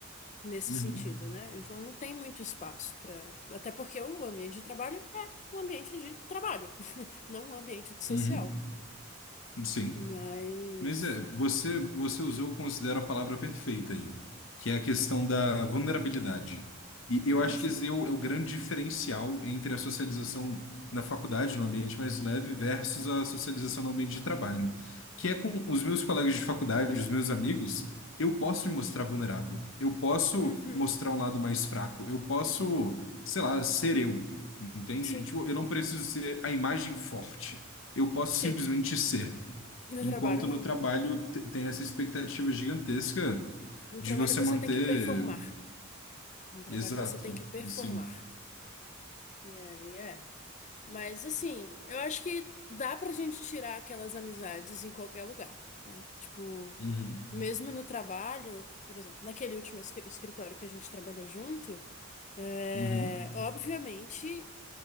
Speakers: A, on the left; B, on the left.
A: nesse
B: uhum,
A: sentido, né? Então, não tem muito espaço pra. Até porque o ambiente de trabalho é um ambiente de trabalho, <laughs> não um ambiente de social.
B: uhum, uhum, sim.
A: Mas,
B: Mas é, você, você usou, eu considero a palavra perfeita aí, que é a questão da vulnerabilidade. E eu
A: ah,
B: acho
A: sim.
B: que esse é o, é o grande diferencial entre a socialização na faculdade, no ambiente mais leve, versus a socialização no ambiente de trabalho, que é com os meus colegas de faculdade, os meus amigos, eu posso me mostrar vulnerável, eu posso
A: Uhum.
B: mostrar um lado mais fraco, eu posso, sei lá, ser eu, entende?
A: Sim,
B: Tipo, eu não preciso ser a imagem forte, eu posso
A: sim.
B: simplesmente ser.
A: No
B: Enquanto
A: trabalho, não.
B: no trabalho te- tem essa expectativa gigantesca
A: No
B: de
A: trabalho
B: você
A: você
B: manter.
A: tem que performar. No trabalho
B: Exato,
A: você tem que performar.
B: assim.
A: E aí, é. Mas assim, eu acho que dá pra gente tirar aquelas amizades em qualquer lugar, né? Tipo,
B: Uhum,
A: mesmo no trabalho, por exemplo, naquele último escri- escritório que a gente trabalhou junto, é,
B: uhum.
A: obviamente,